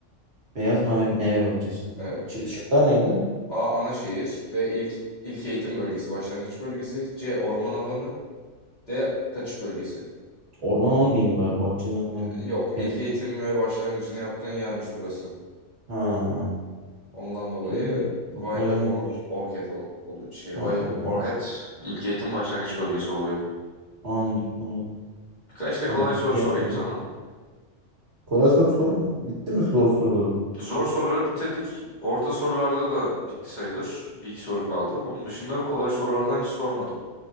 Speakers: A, on the right (about 60°); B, on the left (about 35°).
A: Beyaz mavi meyve bahçesi.
B: Evet.
A: Ç- Şıklar neydi?
B: A. Ana şehir. B. İlk, ilk eğitim bölgesi. Başlangıç bölgesi. C. Orman alanı. D. Kaçış bölgesi.
A: Orman alanı diyeyim bari. Bahçeden falan
B: Ee, yok.
A: gidersek.
B: İlk eğitim ve başlangıcını yaptığın yermiş burası.
A: Ha.
B: Ondan dolayı
A: İyi.
B: White
A: Aklıma gelmedi
B: or
A: hiç.
B: Orchid ol, ol- şey White
A: Tamam o zaman.
B: Orchid ilk eğitim başlangıç bölgesi oluyor.
A: Anladım. anladım.
B: Birkaç da
A: Tamam.
B: kolay soru
A: Diğer
B: sorayım
A: soruyu.
B: sana.
A: Kolay soru sorma. Bitti mi zor soruları?
B: Zor soruları bitirdik. Orta sorularda da bitti sayılır. Bir iki soru kaldı. Onun dışında kolay sorulardan hiç sormadım.